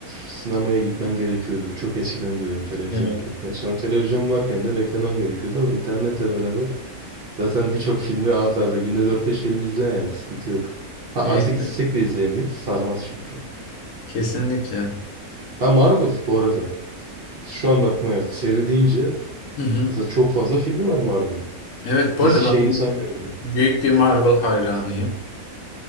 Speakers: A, on the right; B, on the left.
A: sinemaya gitmen gerekiyordu. Çok eskiden diyorum televizyon
B: Evet.
A: bile yokken. Sonra televizyon varken de beklemen gerekiyordu ama internetle beraber zaten birçok filmi art arda günde dört beş film izle yani sıkıntı yok. Ha
B: ya
A: artık
B: işte
A: istesek de izleyemeyiz. Sarmaz çünkü.
B: kesinlikle.
A: Ha Marvel bu arada. Şu anda aklıma geldi. Seri deyince
B: Hı hı.
A: aslında çok fazla filmi var Marvel'ın.
B: Evet bu
A: Dizi
B: arada
A: şeyini
B: ben
A: saymıyorum bile.
B: büyük bir Marvel hayranıyım.